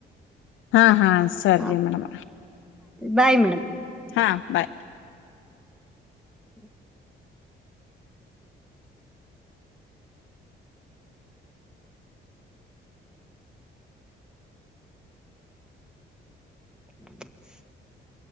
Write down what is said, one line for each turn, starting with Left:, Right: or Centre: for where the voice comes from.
Left: ಹಾ ಹಾ ಸರಿ
Centre: ಹಾ
Left: ಮೇಡಮ
Centre: ಬಾಯ್ ಮೇಡಮ್
Left: ಹಾ ಬಾಯ್
Centre: ಹ್ಮ್ <inaudible>